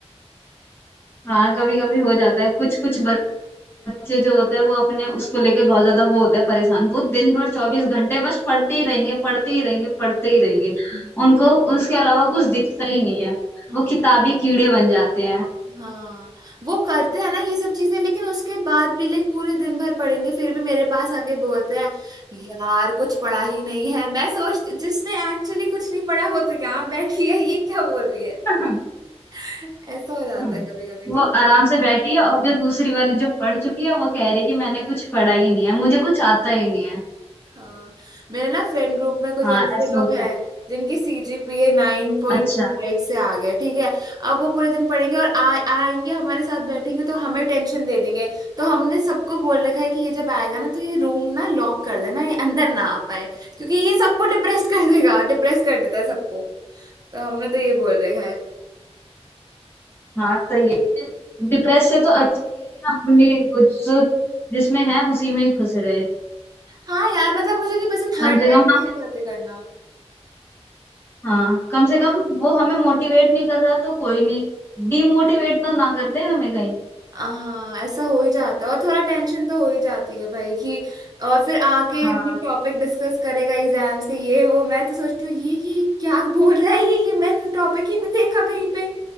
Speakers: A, on the left (about 20°); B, on the right (about 35°).
A: हाँ कभी कभी हो जाता है कुछ कुछ बच्चे जो होते हैं वो अपने उसको लेके बहुत ज्यादा वो होते हैं परेशान वो दिन भर चौबीस घंटे बस पढ़ते ही रहेंगे पढ़ते ही रहेंगे पढ़ते ही रहेंगे
B: हम्म।
A: उनको उसके अलावा कुछ दिखता ही नहीं है
B: हाँ
A: वो किताबी कीड़े बन जाते हैं
B: हाँ वो करते हैं ना ये सब चीजें लेकिन उसके बाद भी लाइक पूरे दिन भर पढ़ेंगे फिर भी मेरे पास आके बोलते हैं यार कुछ पढ़ा ही नहीं है मैं सोचती जिसने एक्चुअली कुछ नहीं पढ़ा वो तो यहाँ बैठी है ये क्या बोल रही है
A: हाँ।
B: <laughs> ऐसा हो जाता
A: हम्म।
B: है कभी कभी
A: वो आराम से बैठी है और जो दूसरी वाली जो पढ़ चुकी है वो कह रही है कि मैंने कुछ पढ़ा ही नहीं है मुझे कुछ आता ही नहीं है
B: हाँ मेरे ना फ्रेंड ग्रुप में कुछ
A: हाँ
B: ऐसे
A: ऐसा
B: लोग
A: होता
B: हैं
A: है
B: जिनकी CGPA nine point
A: अच्छा
B: two five से आ गया ठीक है अब वो पूरे दिन पढ़ेंगे और आ, आएंगे हमारे साथ बैठेंगे तो हमें टेंशन दे देंगे तो हमने सबको बोल रखा है कि ये जब आएगा ना तो ये रूम ना लॉक कर देना ये अंदर ना आ पाए क्योंकि ये सबको डिप्रेस कर देगा डिप्रेस कर देता है सबको तो हमने तो ये बोल रखा है
A: हाँ सही है डिप्रेस से तो अच्छा ही है अपनी वो जो जिसमें है उसी में ही खुश रहे
B: हाँ यार मतलब मुझे नहीं पसंद
A: कम
B: हर
A: से
B: टाइम
A: कम हम
B: यही बातें करना
A: हाँ कम से कम वो हमें मोटिवेट नहीं कर रहा तो कोई नहीं डीमोटिवेट तो ना कर दे हमें कहीं
B: हाँ ऐसा हो ही जाता है और थोड़ा टेंशन तो हो ही जाती है भाई कि और फिर आके
A: हाँ
B: मतलब टॉपिक डिस्कस करेगा एग्जाम्स के ये वो मैं तो सोचती हूँ ये ये क्या बोल रहा है ये ये मैं तो टॉपिक ही नहीं देखा कहीं पे